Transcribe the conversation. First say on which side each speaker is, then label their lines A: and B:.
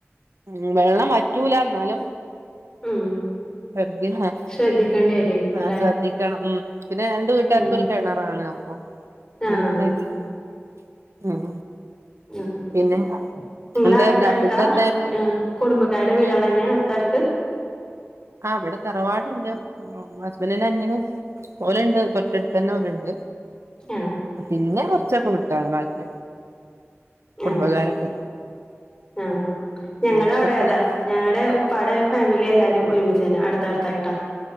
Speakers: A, on the right; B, on the left.
A: ഉം വെള്ളം വറ്റൂല എന്നാലും
B: ഉം.
A: <unintelligible>
B: ശ്രദ്ധിക്കേണ്ടി വരുമായിരിക്കും
A: ആഹ്
B: അല്ലെ
A: ശ്രദ്ധിക്കണം ഉം പിന്നെ രണ്ട് വീട്ടാർക്കും
B: ആഹ്
A: ഒരു കിണറ ആണ് അപ്പൊ
B: ആഹ്
A: <unintelligible> ഉം
B: ആഹ് ഓക്കെ.
A: പിന്നെ
B: ങ്ങൾ
A: എന്താ
B: അടുത്തടുത്താ
A: ഫുഡ് എന്തായിരുന്നു
B: ആഹ് കുടുംബക്കാരുടെ വീടുകളെന്നെയ
A: ഉം
B: അടുത്തടുത്ത്.
A: ആഹ് വിടെ തറവാടുണ്ട്. ഉം ഹസ്ബന്റ് ന്റെ അനിയൻ ഓലണ്ട് തൊട്ടടുത്ത് തന്നെ ഓലണ്ട്
B: ആഹ്.
A: പിന്നെ കുറച്ചൊക്കെ വിട്ടാണ് ബാക്കി കുടുംബക്കാരൊക്കെ
B: ആഹ് ആഹ് ഞങ്ങടെ
A: ഉം
B: അവിടെ
A: തൊട്ടടുത്ത്
B: അതാ ഞങ്ങടെ ഉപ്പാടെ ഫാമിലി എല്ലാരും ഒരുമിച്ചന്നെ അടുത്തടുത്തായിട്ടാ